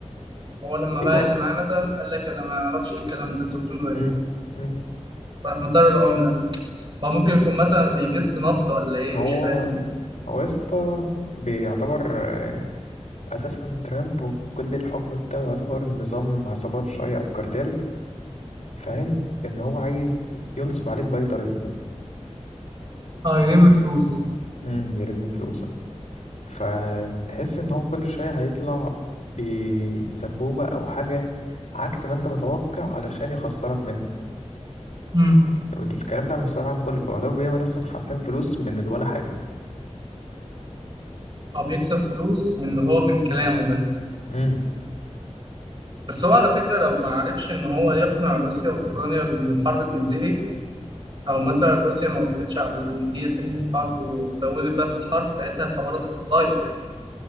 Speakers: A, on the right; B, on the left.
A: هو لما باع
B: ايوه
A: اللي معاه مثلا قال لك انا ما اعرفش ايه الكلام ده انتوا بتقولوا ايه
B: امم امم
A: راح مطير العمله فهو ممكن يكون مثلا بيجس نبض ولا ايه
B: هو
A: مش فاهم
B: هو يا اسطى بيعتبر آه، اساسا ترامب وكل الحكم بتاعه يعتبر نظام عصابات شويه او كارتيل فاهم ان هو عايز ينصب عليك باي طريقه
A: اه يلم فلوس
B: امم يلم فلوسه فتحس ان هو كل شويه هيطلع بسبوبه او حاجه عكس ما انت متوقع علشان يخسرك منه
A: امم
B: الكلام ده على المستوى العام كله فيعتبر بيعمل اصلا حرفيا فلوس من ولا حاجه
A: او بيكسب فلوس من اللي هو من كلامه بس
B: امم
A: بس هو على فكره لو ما عرفش ان هو يقنع روسيا واوكرانيا بان الحرب تنتهي او مثلا روسيا ما وافقتش على ان هي تنهي الحرب وزودت بقى في الحرب ساعتها الحوارات هتتغير